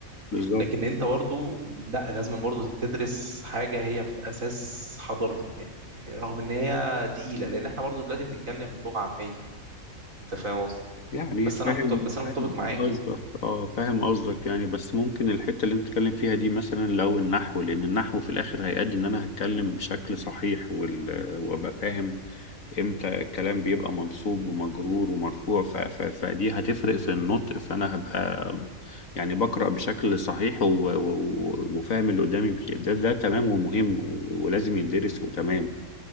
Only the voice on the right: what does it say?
لكن انت برضو لا لازم برضو تدرس حاجة هي في اساس حضرتك يعني رغم ان هي تقيلة لان احنا برضو دلوقتي بنتكلم لغة عامية يعني. انت فاهم قصدي
بس
انا مت- بس انا
متفق معاك
يعني